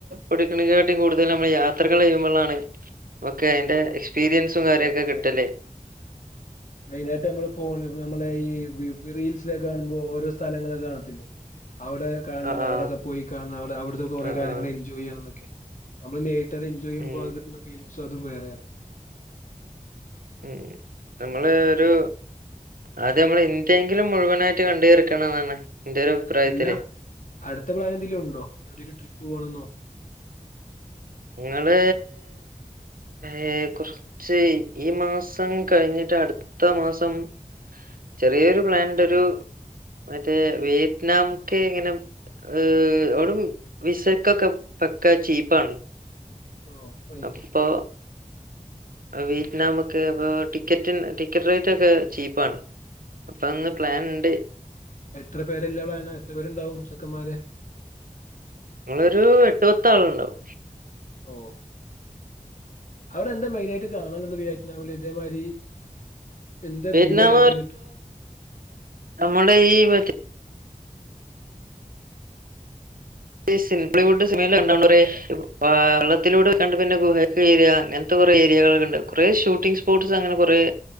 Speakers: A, on the right; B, on the left.
A: പഠിക്ക്ണെകാട്ടും കൂടുതൽ നമ്മള് യാത്രകൾ ചെയ്യുമ്പോഴാണ് ഒക്കെ അയിന്റെ എക്സ്പീരിയൻസും കാര്യൊക്കെ
B: സത്യം
A: കിട്ടല്
B: മെയിനായിട്ട് നമ്മള് ഫോൺ നമ്മള് ഈ വ്യൂ റീൽസിലെ കാണുമ്പോ ഓരോ സ്ഥലങ്ങളൊക്കെ കാണ ത്തില്ലേ അവ്ടെ കാണണം
A: ആ ആ
B: അവിടൊക്കെ പോയി കാണണം അവിടെ അവിടെത്തെക്കെ കുറെ
A: ആ
B: കാര്യങ്ങൾ
A: ആ
B: എൻജോയ് ചെയ്യണം എന്നൊക്കെ നമ്മള് നേരിട്ടത് എൻജോയ് ചെയുമ്പോ
A: ഉം
B: അത് കിട്ടുന്ന ഫീലിംഗ്സും അതും വേറെയാണ്
A: ഉം ഞങ്ങള് ഒരു ആദ്യം മ്മള് ഇന്ത്യങ്കിലും മുഴുവനായിട്ട് കണ്ടു തീർക്കണം ന്നാണ് ഇന്റെ ഒരു അഭിപ്രായത്തില്
B: അല്ല അടുത്ത പ്ലാനെന്തെലും ഉണ്ടോ എവിടെലും ട്രിപ്പ്‌ പോണംന്നോ
A: ഇങ്ങള് ഏ കുറച്ച് ഈ മാസം കഴിഞ്ഞിട്ട് അടുത്ത മാസം ചെറിയൊരു പ്ലാന്ണ്ട് ഒരു മറ്റേ വിയറ്റ്നാംക്ക് ഇങ്ങനെ ഹ് അവിടെ വിസക്കൊക്കെ പക്ക ചീപ്പാണ്
B: ഓ റൈറ്റ്
A: ഒക്കെപ്പോ വിയറ്റ്നാംക്ക് ഇപ്പം ടിക്കറ്റ് ടിക്കറ്റ് റേറ്റ് ഒക്കെ ചീപ്പാണ് അപ്പൊ <unintelligible>
B: ഓ
A: പ്ലാൻണ്ട്
B: എത്ര പേരില്ല എത്ര പേര്ണ്ടാവും ചെക്കന്മാര്
A: നമ്മളൊരു ഏട്ട് പത്ത്ള്ണ്ടാവും
B: ഓ അവിടെ എന്താ മെയിനായിട്ട് കാണാൻ എന്താ വിയറ്റ്നാംമില് ഇതേമായ്രി എന്താ
A: വിയറ്റ്നാം
B: വ്യൂ എന്തൊക്കെ കിട്ടും
A: ഞമ്മളെ ഈ മറ്റേ ഹോളിവുഡ് സിനിമേൽ കണ്ടാണ്ടൊരു <unintelligible> ഏ വെള്ളത്തിലൂടെപോയ്‌ക്കണ്ട് പിന്നെ ഗുഹക്ക് വെരാ അങ്ങനത്തെ കുറെ ഏരിയകളൊക്കെണ്ട് കുറെ ഷൂട്ടിംഗ്സ് ഫ്രൂട്സ് അങ്ങനെ കുറെ